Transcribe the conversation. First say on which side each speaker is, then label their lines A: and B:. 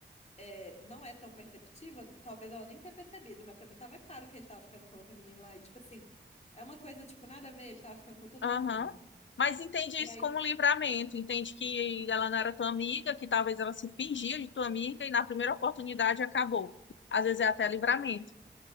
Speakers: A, on the left; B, on the left.
A: é, não é tão perceptiva, talvez ela nem tenha percebido, mas pra mim tava claro que ele tava ficando com a outra menina lá. E tipo assim, é uma coisa, tipo, nada a ver, ele tava ficando com todo
B: Aham.
A: mundo.
B: Mas entende
A: E
B: isso
A: aí
B: como livramento, entende que ela não era tua amiga, que talvez ela se fingia de tua amiga e na primeira oportunidade acabou. Às vezes é até livramento.